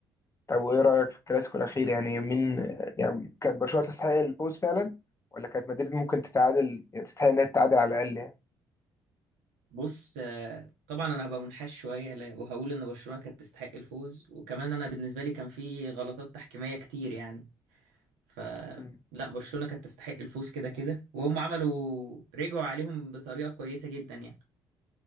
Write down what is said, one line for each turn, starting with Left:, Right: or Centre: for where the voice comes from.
Left: طب وايه رايك في الكلاسيكو الاخير يعني مين يعني كانت برشلونه تستحق الفوز فعلا ولا كانت مدريد ممكن تتعادل يعني تستحق انها تتعادل على الاقل يعني
Right: بص آه، طبعا انا هبقى منحاش شويه لا- وهقول ان برشلونه كانت تستحق الفوز وكمان انا بالنسبه لي كان في غلطات تحكيميه كتير يعني ف
Left: مم.
Right: لا برشلونه كانت تستحق الفوز كده كده وهم عملوا رجعوا عليهم بطريقه كويسه جدا يعني